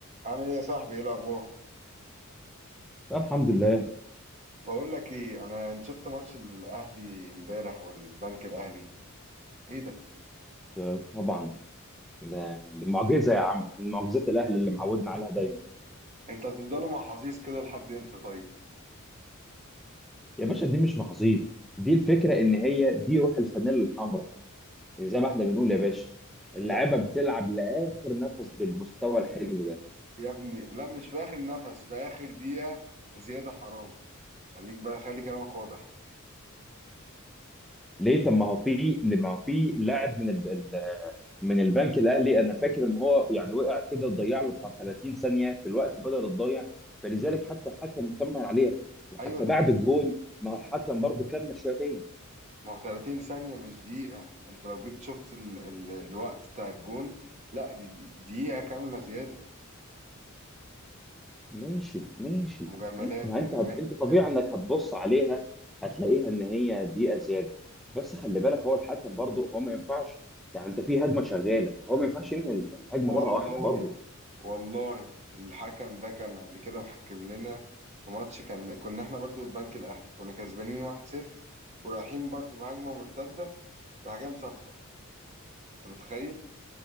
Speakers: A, on the right; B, in the centre.
A: عامل ايه يا صاحبي ايه الاخبار
B: الحمد لله
A: بقول لك ايه انا انت شفت ماتش الاهلي امبارح والبنك الاهلي ايه ده
B: آه، طبعا ده- دي معجزه يا عم من معجزات الاهل اللي معودنا عليها دايما
A: انت هتفضلوا مع حظيظ كده لحد امتى طيب
B: يا باشا دي مش محظوظ دي الفكره ان هي دي روح الفانيلا الحمراء يعني زي ما احنا بنقول يا باشا اللعيبه
A: يا ابني
B: بتلعب لاخر نفس بالمستوى الحلو ده
A: يا ابني لا مش في اخر نفس في اخر دقيقة زيادة حرام خليك بقى خلي كلامك واضح
B: ليه طب ما هو في لما هو في لاعب من الب... ال- من البنك الاهلي انا فاكر ان هو يعني وقع كده ضيع له بتاع 30 ثانيه في الوقت بدل الضيع فلذلك حتى الحكم كمل عليها وحتى
A: ايوه ت-
B: بعد الجون ما هو الحكم برضه كمل شويه
A: ما هو 30 ثانية مش دقيقة انت لو جيت شفت ال... ال... الوقت بتاع الجون لا دي دي دقيقة كاملة زيادة
B: ماشي ماشي
A: مجاملات
B: انت ما انت
A: مجاملات
B: هت... انت طبيعي انك هتبص عليها هتلاقيها ان هي دقيقه زياده بس خلي بالك هو الحكم برضه هو ما ينفعش يعني انت في هجمه شغاله هو ما ينفعش ينهي ال- الهجمه
A: والله
B: مره واحده برضه
A: والله الحكم ده كان قبل كده محكم لنا في ماتش كان كنا احنا برضو ببنك الاهلي كنا كسبانين 1-0 ورايحين برضو بهجمه مرتده راح جاي مصفر انت متخيل